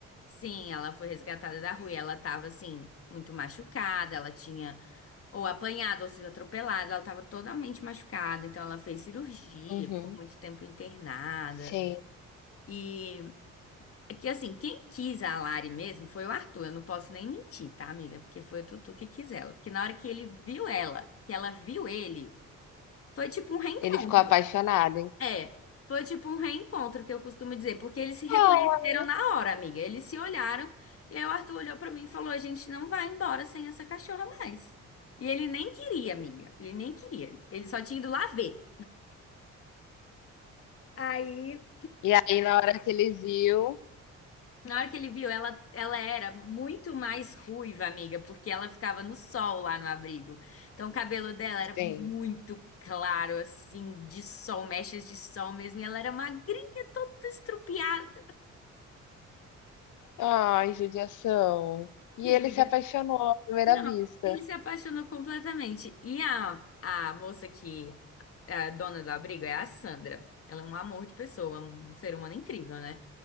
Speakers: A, on the left; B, on the left.
A: Sim, ela foi resgatada da rua e ela tava assim, muito machucada, ela tinha ou apanhado ou sido atropelada, ela tava totalmente machucada, então ela fez cirurgia,
B: Uhum.
A: ficou muito tempo internada.
B: Sim.
A: E É que assim, quem quis a Lari mesmo foi o Arthur. Eu não posso nem mentir, tá, amiga? Porque foi o Tutu que quis ela. Porque na hora que ele viu ela, que ela viu ele, foi tipo um reencontro.
B: Ele ficou apaixonado, hein?
A: É, foi tipo um reencontro que eu costumo dizer, porque eles se reconheceram
B: Ah.
A: na hora, amiga. Eles se olharam e aí o Arthur olhou pra mim e falou: "A gente não vai embora sem essa cachorra mais". E ele nem queria, amiga. Ele nem queria. Ele só tinha ido lá ver. Aí
B: E aí, na hora que ele viu,
A: Na hora que ele viu, ela, ela era muito mais ruiva, amiga, porque ela ficava no sol lá no abrigo. Então o cabelo dela era
B: sim.
A: muito claro, assim, de sol, mechas de sol mesmo. E ela era magrinha, toda estrupiada.
B: Ai, judiação. E
A: Sim,
B: ele
A: amiga.
B: se apaixonou à primeira
A: Não,
B: vista.
A: ele se apaixonou completamente. E a, a moça que é a dona do abrigo é a Sandra. Ela é um amor de pessoa, um ser humano incrível, né?